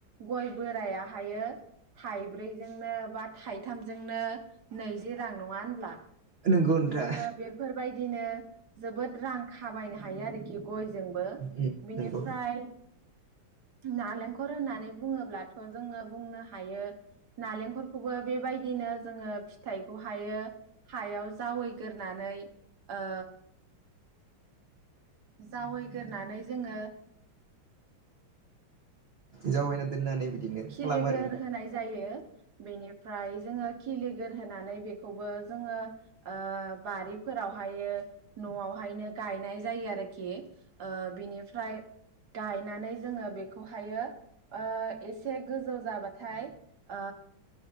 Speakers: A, on the right; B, on the right.
A: गय बोरायाहायो थाइब्रैजोंनो बा थाइथामजोंनो नैजि रां नंङा होनब्ला
B: नंगौ नोंथां
A: जोङो बेफोरबाय दिनो जोबोद रां खामायनो हायो आरोखि गय जोंबो
B: उम
A: बिनिफ्राय
B: नंगौ
A: नालेंखर होननानै बुङोब्लाथ जोङो बुंनो हायो नालेंखरखौबो बेबायदिनो जोङो फिथाइखौ हायो हायाव जावैगोरनानै ओ जावैग्रानै जोङो
B: जावैना दोननानै बिदिनो
A: खिलिगोर
B: खालामो आरो नोंथां
A: होनाय जायो बेनि फ्राय जोङो खिलिगोर होनोनानै बेखौबो फ्राय जोङो ओ बारिफोरावहाय न'आवहायनो गायनाय जायो आरोखि ओ बिनिफ्राय गायनानै जोङो बेखौहायो ओ एसे गोजौ जाबाथाय ओ